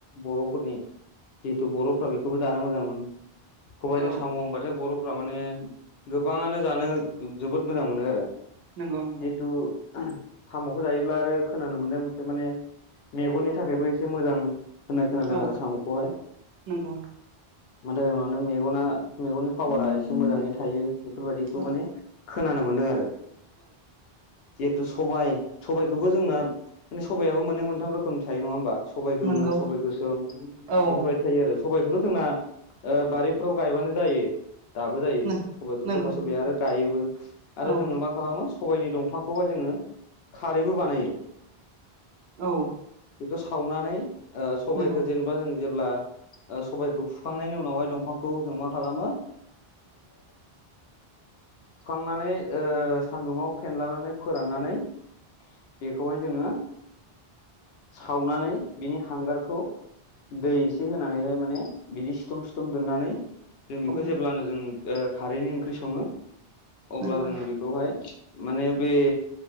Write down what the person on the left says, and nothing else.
बर'फोरनि जिहेथु बर'फ्रा बेखौबो जानो मोजां मोनोबों
बुंबाथाय बर'फ्रा माने गोबाङानो जानो जोबोद मोजां मोनो आरो
जिहेथु साम'खौ जायोब्ला आरो खोनानो मोननाय मथे माने मेगननि थाखायबो एसे मोजां होननाय खोनादों
आरो साम'खौहाय
मानि थाखाय मे मेगना मेगननि पावारा एसे मोजाङै थायो बेफोरबायदिखौ
माने खोनानो मोनदों आरो जिहेतु सबायाइ सबाइखौबो जोंना माने सबायाबो मोनोमोन गोाथाम रोखोम थायो नङा होमबा सबबाय गोमो
सबबाय गोसोम बेफोरबायदि
थायो आरो सबायखौथ' जोंना बारिफ्राव गायबानो जायो दाबो जायो
सबाइखौ सोरबा सोरबाया
आरो गायोबो
आरो जोङो मा खालामो सबायनि दंफांखौहाय जोङो खारैबो बानायो
बेखौ सावनानै सबायखौ
जेनेबा जों जेब्ला सबबायखौ फुखांनायनि उनावहाय दंफांखौ जों मा खालामो थुखांनानै सान्दुंङाव फेनलानानै फोराननानै बेखौहाय जोङो सावनानै बिनि हांगारखौ दै एसे होनानैहाय माने बिदि सिथम सिथम दोननानै जों बेखौ
जेब्लानो जों ओ खारैनि ओंख्रि सङो अब्ला
जोङो बेखौहाय माने बे